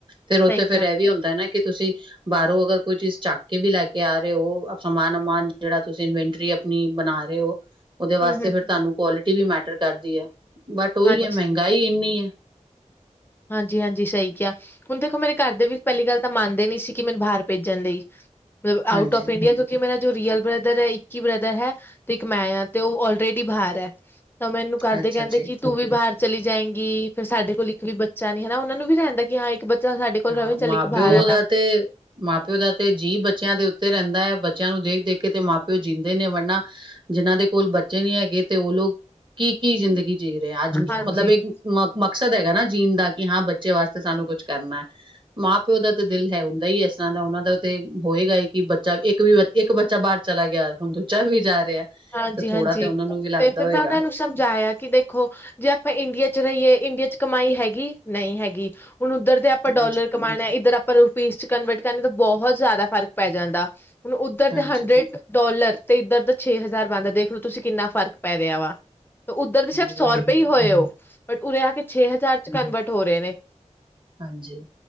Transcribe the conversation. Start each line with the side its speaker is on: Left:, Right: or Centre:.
Right: ਫਿਰ ਉੱਥੇ
Left: ਸਹੀ
Right: ਫੇਰ
Left: ਕਿਹਾ
Right: ਇਹ ਵੀ ਹੁੰਦਾ ਨਾ ਕਿ ਤੁਸੀਂ। ਬਾਹਰੋਂ ਅਗਰ ਕੋਈ ਚੀਜ਼ ਚੱਕ ਕੇ ਵੀ ਲੈ ਕੇ ਆ ਰਹੇ ਹੋ ਸਮਾਨ ਉਮਾਨ ਜਿਹੜਾ ਤੁਸੀਂ ਇਨਵਟਰੀ। ਆਪਣੀ ਬਣਾ ਰਹੇ ਹੋ। ਉਹਦੇ ਵਾਸਤੇ
Left: ਹੂੰ ਹੂੰ
Right: ਫਿਰ ਤੁਹਾਨੂੰ ਕੁਆਲਿਟੀ ਵੀ ਮੈਟਰ ਕਰਦੀ ਆ, ਬਟ ਉਹੀ
Left: ਹਾਂਜੀ
Right: ਹੈ ਮਹਿੰਗਾਈ ਇੰਨੀ ਹੈ।
Left: ਹਾਂਜੀ-ਹਾਂਜੀ, ਸਹੀ ਕਿਹਾ। ਹੁਣ ਦੇਖੋ ਮੇਰੇ ਘਰ ਦੇ ਵੀ ਪਹਿਲੀ ਗੱਲ ਤਾਂ ਮੰਨਦੇ ਨੀ ਸੀ ਕਿ ਮੈਨੂੰ ਬਾਹਰ ਭੇਜਣ ਲਈ ਮਤਲਬ
Right: ਹਾਂਜੀ
Left: ਆਊਟ ਆਫ ਇੰਡੀਆ ਮੇਰਾ ਜੋ ਰੀਅਲ ਬ੍ਰਦਰ ਹੈ ਇੱਕ ਹੀ ਬ੍ਰਦਰ ਹੈ ਤੇ ਇੱਕ ਮੈਂ ਆ ਤੇ ਉਹ ਲਰੇਡੀ ਬਾਹਰ ਹੈ। ਤਾਂ ਮੈਨੂੰ ਘਰ ਦੇ
Right: ਅੱਛਾ
Left: ਕਹਿੰਦੇ
Right: ਜੀ
Left: ਕਿ ਤੂੰ ਵੀ ਬਾਹਰ ਚਲੀ ਜਾਏਗੀ ਫਿਰ ਸਾਡੇ ਕੋਲ ਇੱਕ ਵੀ ਬੱਚੇ ਬੱਚਾ ਨੀ ਉਹਨਾਂ ਨੂੰ ਵੀ ਰਹਿੰਦਾ ਹਾਂ ਇੱਕ ਬੱਚਾ ਸਾਡੇ ਕੋਲ
Right: ਹਾਂ,
Left: ਰਵੇ ਚੱਲ
Right: ਮਾਂ
Left: ਇੱਕ
Right: ਪਿਓ
Left: ਬਾਹਰ ਆ
Right: ਜਾ
Left: ਤਾਂ
Right: ਤੇ ਮਾਂ ਪਿਓ ਦਾ ਤੇ ਜੀਅ ਬੱਚਿਆਂ ਦੇ ਉੱਤੇ ਰਹਿੰਦਾ ਹੈ ਬੱਚਿਆਂ ਨੂੰ ਦੇਖ ਦੇਖ ਕੇ ਤੇ ਮਾਂ ਪਿਓ ਜੀਂਦੇ ਨੇ ਵਰਨਾ। ਜਿਹਨਾਂ ਦੇ ਕੋਲ ਬੱਚੇ ਨੀ ਹੈਗੇ ਤੇ ਉਹ ਲੋਕ ਕੀ ਕੀ ਜ਼ਿੰਦਗੀ ਜੀ ਰਹੇ ਆ ਅੱਜ
Left: ਹਾਂਜੀ-ਹਾਂਜੀ,
Right: ਮਤਲਬ ਇੱਕ ਮ ਮਕਸਦ ਹੈਗਾ ਨਾ ਜੀਣ ਦਾ ਕਿ ਹਾਂ ਬੱਚੇ ਵਾਸਤੇ ਸਾਨੂੰ ਕੁੱਛ ਕਰਨਾ। ਮਾਂ ਪਿਓ ਦਾ ਤਾਂ ਦਿਲ ਹੈ ਹੁੰਦਾ ਹੀ ਇਸ ਤਰ੍ਹਾਂ ਦਾ ਉਹਨਾਂ ਦਾ, ਤੇ ਹੋਏਗਾ ਹੀ ਕਿ ਬੱਚਾ ਇੱਕ ਵੀ ਇੱਕ ਬੱਚਾ ਬਾਹਰ ਚਲਾ ਗਿਆ ਹੁਣ ਦੂਜਾ ਵੀ ਜਾ ਰਿਹਾ।
Left: ਹਾਂਜੀ-ਹਾਂਜੀ,
Right: ਤੇ ਥੋੜਾ ਤੇ ਉਹਨਾਂ ਨੂੰ ਵੀ ਲੱਗਦਾ
Left: ਤੇ ਫਿਰ
Right: ਹੋਏਗਾ
Left: ਮੈਂ ਉਹਨਾਂ ਨੂੰ ਸਮਝਾਇਆ ਕਿ ਦੇਖ ਦੇਖੋ ਜੇ ਆਪਾਂ ਇੰਡੀਆ ਚ ਰਹੀਏ ਇੰਡੀਆ ਚ ਕਮਾਈ ਹੈਗੀ ਨਹੀਂ ਹੈਗੀ ਹੁਣ ਉੱਧਰ ਦੇ ਆਪਾਂ
Right: ਹਾਂਜੀ।
Left: ਡੋਲਰ ਕਮਾਉਣਾ ਇੱਧਰ ਆਪਾਂ ਰੁਪੀਜ਼ ਚ ਕਨਵਰਟ ਕਰਨਾ ਤਾਂ ਬਹੁਤ ਜ਼ਿਆਦਾ ਫ਼ਰਕ ਪੈ ਜਾਂਦਾ। ਹੁਣ ਉੱਧਰ
Right: ਹਾਂਜੀ-ਹਾਂਜੀ
Left: ਦੇ ਹੰਡਰਡ ਡੋਲਰ ਤੇ ਇੱਧਰ ਦਾ ਛੇ ਹਜ਼ਾਰ ਬਣਦਾ ਦੇਖ ਲੋ ਤੁਸੀਂ ਕਿੰਨਾ ਫ਼ਰਕ ਪੈ ਰਿਹਾ ਵਾ। ਉੱਧਰ ਦੇ ਸਿਰਫ ਸੌ
Right: ਉਹ ਤੇ
Left: ਰੁਪਏ
Right: ਹੈ
Left: ਹੀ ਹੋਏ
Right: ਹੈ
Left: ਉਹ ਬਟ ਉਰੇ ਆ ਕੇ ਛੇ ਹਜ਼ਾਰ ਚ ਕਨਵਰਟ ਹੋ ਰਹੇ ਨੇ।
Right: ਹਾਂਜੀ-ਹਾਂਜੀ